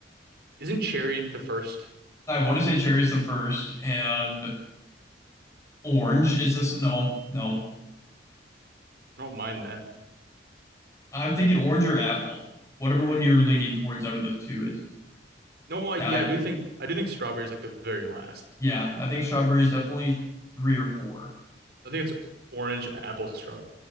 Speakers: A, on the right; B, on the left.
A: Isn't cherry the first?
B: I want to say cherry's the first, and orange is this. No, no.
A: I don't mind that.
B: I'm thinking orange or apple. Whatever one you're leaning towards out of the two is.
A: No, I,
B: I,
A: yeah, I do think, I do think strawberry is like the very last.
B: yeah, I think strawberry's definitely three or four.
A: I think it's orange, apple, strawberry.